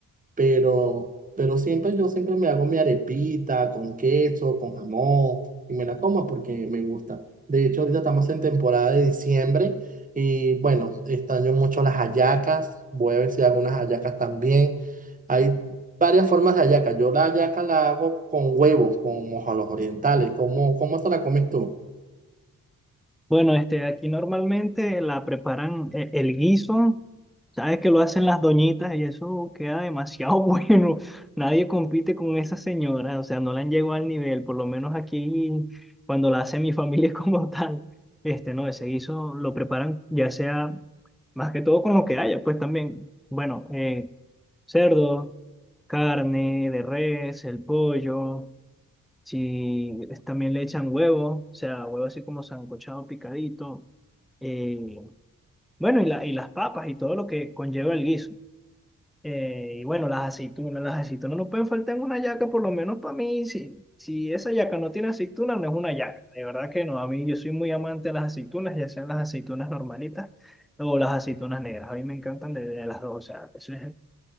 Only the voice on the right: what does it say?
pero, pero siempre yo siempre me hago mi arepita con queso, con jamón y me la como porque me gusta. De hecho, ahorita estamos en temporada de diciembre y bueno, extraño mucho las hallacas. Voy a ver si hago unas hallacas también. Hay varias formas de hallaca. Yo la hallaca la hago con huevo, como a los orientales. ¿Cómo, cómo te la comes tú?